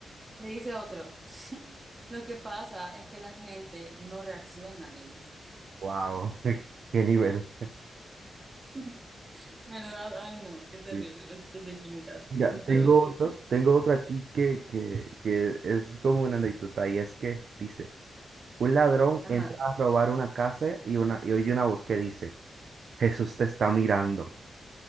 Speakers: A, on the right; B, on the right.
A: Le dice otro, lo que pasa es que la gente no reacciona, le dice.
B: Wow, <laughs> qué nivel.
A: <laughs> ¿Verdad? Ay, no, qué terrible.
B: Sí.
A: Los chistes de química
B: Ya,
A: son
B: tengo
A: peores yo.
B: otro, tengo otro aquí que, que, que es como una anécdota y es que dice. Un ladrón
A: Ajá.
B: entra a robar una casa y, una, y oye una voz que dice, Jesús te está mirando.